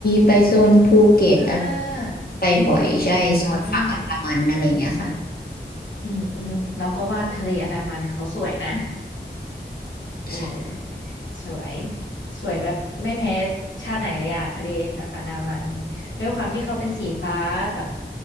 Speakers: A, on the left; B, on the left.
A: ไปโซนภูเก็ตอะไร
B: อ่า
A: ไปบ่อยใช่โซนฝั่งอันดามันอะไรอย่างเงี้ยค่ะ
B: อืม อืม อืมเราก็ว่าทะเลอันดามันเขาสวยนะ เออสวย
A: ใช่
B: สวยแบบไม่แพ้ชาติไหนเลยอะทะเลแบบอันดามันด้วยความที่เขาเป็นสีฟ้าแบบ